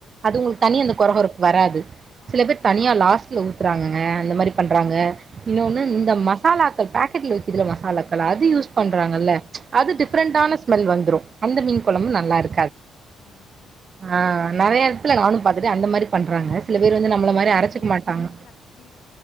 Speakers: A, on the right; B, on the left.
A: அது உங்களுக்கு
B: ஆமா
A: தனியா அந்த கொர கொரப்பு வராது
B: ம்
A: சில பேர் தனியா லாஸ்ட்ல ஊத்துறாங்கங்க அந்த மாரி பண்றாங்க இன்னொன்னு
B: அது
A: இந்த
B: அதா
A: மசாலாக்கள் பக் கெட்ல விக்குதுல்ல மசாலாக்கள் அது யூஸ் பண்றாங்கல்ல
B: ஆ
A: அது
B: ஆ
A: டிஃப்ரெண்டான
B: ஆ
A: ஸ்மெல் வந்துரு அந்த மீன் கொழம்பு நல்லாருக்
B: ஆ ஆ
A: ஆ நெறைய எடத்துல நானும் பாத்துட்ட அந்த மாரி பண்றாங்க சில பேர் வந்து நம்மள
B: இப்ப
A: மாரி
B: எல்லா
A: அரைச்சுக்க
B: ஜே
A: மாட்டாங்க
B: பி சக்தி